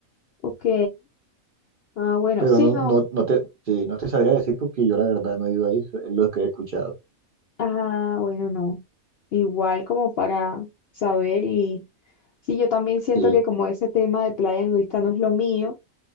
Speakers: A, on the left; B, on the right.
A: Ok. Ah, bueno,
B: pero
A: sí,
B: no,
A: no.
B: no, no te, sí, no te sabría decir porque yo la verdad no he ido ahí, es lo que he escuchado,
A: Ah, bueno, no. Igual como para saber y sí, yo también siento
B: sí.
A: que como ese tema de playa nudista no es lo mío.